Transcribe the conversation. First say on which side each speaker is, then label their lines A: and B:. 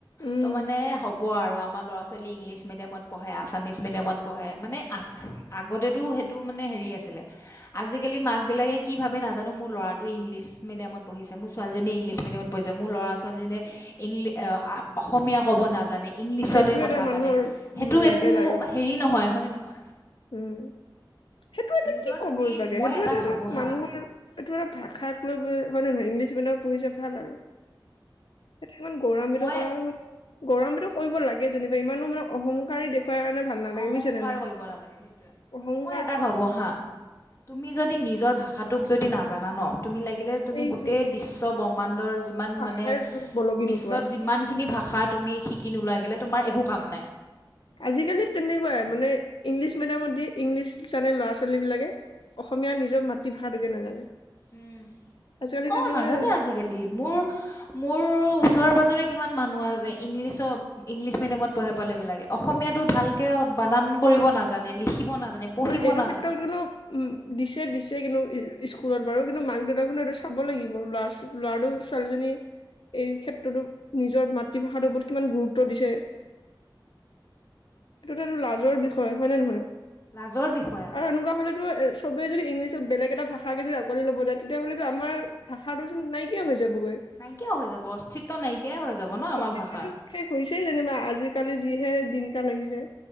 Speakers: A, on the left; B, on the left.
A: উম
B: ত মানে হ'ব আৰু আমাৰ ল'ৰা ছোৱালী ইংলিছ মেডিয়ামত পঢ়ে আছামিচ মেডিয়াত পঢ়ে। ডেমত পঢ়ে মানে আছে আগতেতো সেইটো মানে হেৰি আছিলে আজিকালি মাক বিিলাকে কি ভাবে নাজানো মোৰ ল'ৰা ইংলিছ মিডিয়ামত পঢ়িছে মোৰ ছোৱালীজনীয়েী ইংলিছ মিডিয়ামত পঢ়িছে মোৰ ল'ৰা ছোৱালীজনীয়ে ইংলিছ অসমীয়া ক'ব নাজানে ইংলিছতে
A: সেইটো
B: কথা
A: এটা মানুহৰ
B: পাতে সেইটো
A: লেবেল
B: একো
A: আৰু
B: হেৰি নহয় হয়নে নহয়
A: উম। সেইটো এটা
B: নিজৰ
A: কি ক'ব
B: তুমি
A: লাগে
B: মই
A: সেইটো এটো
B: ভাবোঁ
A: এটা
B: হা
A: মানুহৰ এইটো এটা ভাষাক লৈ হয় নে নহয় ইংলিছ মিডিয়ামত পঢ়িছে ভাল আৰু। সেইতো ইমান গৌৰাম্বিত
B: মই
A: কৰাৰ মানে গৌৰাম্বিত কৰিব লাগে যেনিবা ইমানো মানে অহংকাৰী দেখু খোৱাৰ কাৰণে ভাল নালাগে
B: অহংকাৰ
A: বুজিছানে নাই।
B: <unintelligible>
A: অহংকাৰ
B: মই এটা ভাবো হা তুমি যদি নিজৰ ভা ষাটোক যদি নাজানা ন তুমি লাগিলে
A: সেইটোৱে
B: তুমি গোটেই বিশ্ব ব্ৰহ্মাণ্ডৰ যিমান
A: ভাষাই
B: মানে,
A: বলকি
B: বিশ্বত
A: নোপোৱা
B: যিমানখিনি ভাষা তুমি শিকি নোলোৱা কেলে তোমাৰ একো কাম নাই।
A: আজিকালি তেনেকুৱাই মানে ইংলিছ মিডিয়ামত দি ইংলিছ জানে ল'ৰা ছোৱালী বিলাকে। অসমীয়াৰ নিজৰ মাতৃভাষ ষাটোকে নাজানে।
B: উম
A: আজিকালি
B: অ'
A: তেনেকুৱাই
B: নাজানে
A: হৈছে
B: আজিকালি মোৰ মোৰ ওচৰে পাজৰে।। কিমান মানুহ আছে, ইংলিছ মিদিয়ামত পঢ়ে পোৱালীবিলাকে অসমীয়াটো ভালকে বানান কৰিব নাজানে, লিখিব নাজানে পঢ়িব
A: নহয় এইটো
B: নাজানে
A: ক্ষেত্ৰত কিন্তু উম দিছে -দিছে কিন্তু স্কুলত বাৰু কিন্তু মাক দেউতাকো এইটো চাব লাগিব। লৰা ল'ৰাটো ছোৱালীজনী এই ক্ষেত্ৰতো নিজৰ মাতৃভাষাৰ ওপৰত কিমান গুৰুত্ব উ দিছে এইটো এইটো লাজৰ বিষয় হয় নে নহয়?
B: লাজৰ বিষয় আকৌ
A: আৰু এনেকুৱা হ'লেতো চবেই যদি ইংলিছত বেলেগ এটা ভাষাকে যদি আকোৱালি লব যায় তেতিয়াহলেটো আমাৰ ভাষাটো চোন নাইকিয়া হৈ যাব।
B: নাইকিয়া হৈ যাব অস্তিত্ব নাইকিয়াই হৈ যাব ন
A: <unintelligible>
B: আমাৰ ভাষাৰ
A: শেষ হৈছেই যেনিবা আজিকালি যিহে দিন কাল আহিছে